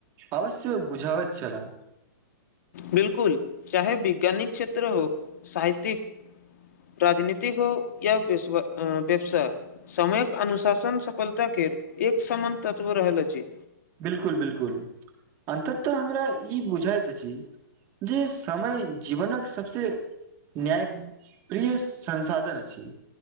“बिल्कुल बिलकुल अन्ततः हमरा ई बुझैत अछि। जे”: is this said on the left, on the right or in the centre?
Right